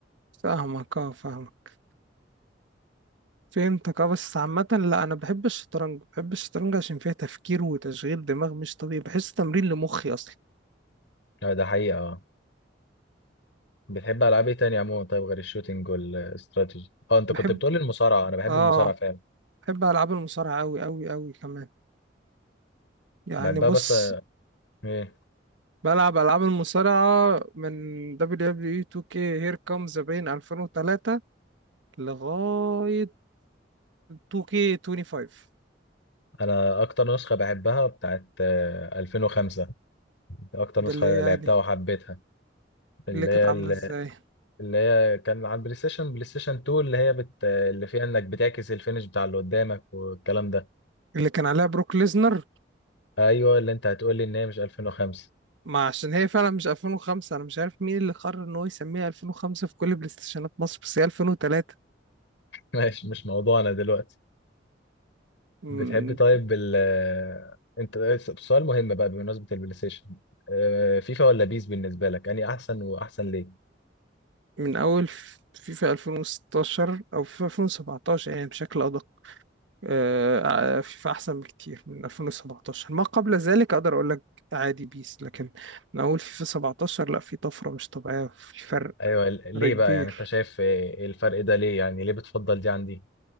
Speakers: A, on the right (about 80°); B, on the left (about 85°).
A: فاهمك اه فاهمك فهمتك اه بس عامة لا انا بحب الشطرنج بحب الشطرنج عشان فيها تفكير وتشغيل دماغ مش طبيعي بحس تمرين لمخي اصلا
B: آه، ده حقيقه آه. بتحب العاب ايه تاني عموما طيب غير الشوتينج والاستراتيجي اه انت
A: بحب
B: كنت بتقولي المصارعه انا بحب
A: اه
B: المصارعه فعلا
A: بحب العاب المصارعة قوي قوي قوي كمان يعني
B: بحبها
A: بص
B: بس آه، ايه
A: بلعب العاب المصارعة من WWE 2K Here Comes the Pain 2003 لغاية 2K25
B: انا اكتر نسخه بحبها بتاعت آه، 2005 اكتر
A: ده
B: نسخه
A: اللي هي يعني
B: لعبتها وحبيتها اللي
A: اللي كانت عاملة ازاي
B: هي اللي هي كان على البلاي ستيشن بلاي ستيشن 2 اللي هي بت... اللي فيها انك بتعكس الفينش بتاع اللي قدامك والكلام ده
A: اللي كان عليها بروك ليزنر
B: ايوه اللي انت هتقولي ان هي مش 2005
A: ما عشان هي فعلا مش 2005 انا مش عارف مين اللي قرر ان هو يسميها 2005 في كل بلاي ستيشنات مصر بس هي 2003
B: ماشي مش موضوعنا دلوقتي
A: م-
B: بتحب طيب ال انت سؤال مهم بقى بمناسبة البلاي ستيشن آه، فيفا ولا بيس بالنسبة لك اني احسن واحسن ليه
A: من اول ف- فيفا 2016 او فيفا 2017 يعني بشكل ادق آه، آه، فيفا احسن بكتير من 2017 ما قبل ذلك اقدر اقول لك عادي بيس لكن من اول فيفا 17 لا في طفرة مش طبيعية في فرق
B: ايوه ال-
A: فرق
B: ليه
A: كبير
B: بقى يعني انت شايف آه، الفرق ده ليه يعني ليه بتفضل دي عن دي